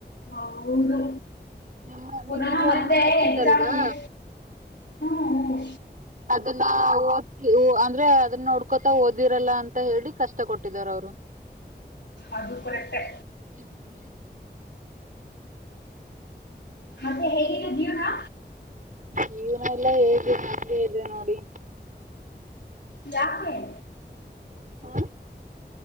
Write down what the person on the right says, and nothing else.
ನಮ್ಮ <inaudible>
ನಿನ್ನೆ ಬೇರೆ
ಹಕಿತ್ತಲ್ವಾ
ಅದುನ್ನ ಓದ್ ಅಂದ್ರೆ ಅದನ್ ನೋಡ್ಕೋತಾ ಓದಿರಲ್ಲ ಅಂತ ಹೇಳಿ ಕಷ್ಟ ಕೊಟ್ಟಿದಾರ ಅವರು.
ಹ್ಮ್ <inaudible>
ಜೀವನ ಎಲ್ಲ ಹೇಗೆ ನಮಗೆ ಇಲ್ಲ ನೋಡಿ
ಹಾ